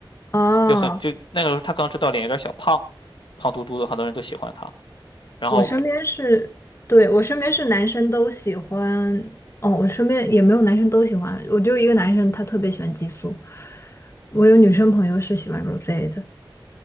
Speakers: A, on the left; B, on the left.
A: 哦，
B: 就很就那个时候他刚出道，脸有点小胖，胖嘟嘟的，很多人都喜欢他。然后
A: 我身边是，对，我身边是男生都喜欢，哦，我身边也没有男生都喜欢，我就一个男生他特别喜欢激素，我有女生朋友是喜欢 Rosé 的，